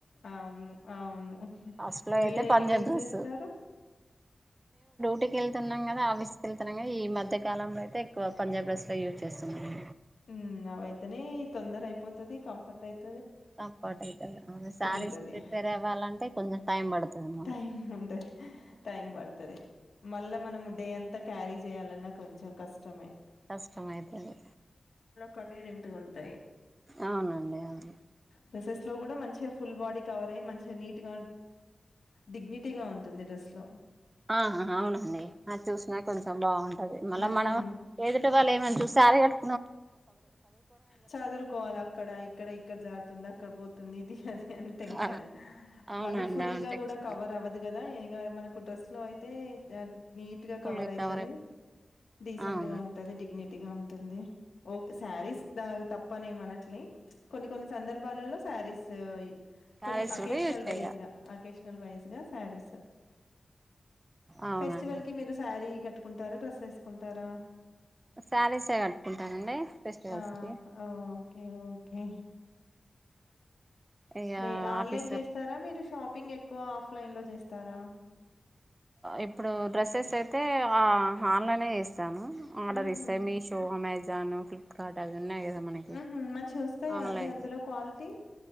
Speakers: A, on the left (about 85°); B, on the right (about 30°).
A: అవును అవును
B: ఫస్ట్ లో
A: మీరేవి
B: అయితే పంజాబ్
A: యూజ్
B: డ్రెస్
A: చేస్తారు
B: ఇంటికెళ్తున్నాం కదా ఆఫీస్కి వెళ్తున్నాం ఈ మధ్య కాలంలో అయితే ఎక్కువ పంజాబ్ డ్రెస్ లే యూజ్ చేస్తనండి
A: ఉమ్ అవైతేనే తొందర అయిపోతది కంఫర్ట్ అయితు
B: తప్పటి కదా శారీస్
A: ఉంటది
B: ప్రిపేర్ అవ్వాలంటే కొంచెం టైం పడుతుంది మళ్ళీ
A: టైం ఉంటది టైం పడుతది మళ్ళా మనము డే అంతా క్యారీ చేయాలన్నా కొంచెం కష్టమే
B: కష్టమైతది
A: కన్వినెంట్ గా ఉంటాయి
B: అవునండి అవును
A: డ్రెసెస్ లో కూడా మంచిగా ఫుల్ బాడీ కవర్ అయ్యి మంచిగా నీట్ గా డిగ్నిటీగా ఉంటుంది డ్రెస్ లో
B: ఆహా అవునండి అది చూసినా కొంచెం బాగుంటంది అదే మళ్ళ
A: ఉమ్
B: మనం ఎదుట వాళ్ళు ఏమని చూ సారిగట్
A: చదురుకోవాలి అక్కడ ఇక్కడ ఇక్కడ జారుత తుంది అక్కడ పోతుంది ఇది అది టెన్షన్
B: ఆ అవునండి
A: మళ్ళీ ఫుల్
B: అవును
A: గా
B: తెచ్చుకుంటారు
A: కూడా కవర్ అవ్వదు కదా ఇ మన డ్రెస్ లో అయితే నీట్ గా
B: ఫుల్
A: కవర్ అవుతుది
B: అయిపో
A: డీసెంట్
B: అవును
A: గా ఉంటది డిగ్నిటీ గట్టిగా ఉంటుంది ఓ శారీస్ తప్పనేమి అనట్లే కొన్ని కొన్ని సందర్భాలలో శారీస్ <inaudible>
B: శారీస్
A: కొన్ని అకేషనల్
B: కూడా యూజ్
A: వైజ్
B: చేయాలి
A: గా అకేష కల్వైస్గా శారీస్
B: అవునండి
A: ఫెస్టివల్ కి మీరు సారీ కట్ కుంటారా డ్రెస్ వేసుకుంటారా
B: సారీస్ ఏ కట్ కుంటానండి ఫెస్టివల్స్
A: ఆ!
B: కి
A: ఓకే ఓకే
B: ఇగ
A: మీ ఆన్లైన్
B: ఆఫీస్
A: చేస్తారా మీరు షాపింగ్ ఎ ఎక్కువ ఆఫ్లైన్లో చేస్తారా
B: ఇప్పుడు డ్రెస్సెస్ అయితే ఆ ఆన్లైనే చేస్ ఆర్డర్
A: హుహు.
B: ఇస్తే మీషో అమెజాన్ ఫ్లిప్కార్ట్ అవి ఉన్నాయి కదా మనకి
A: హుహు. మంచివొస్తాయా
B: ఆన్లైన్
A: అండి అందులో క్వాలిటీ?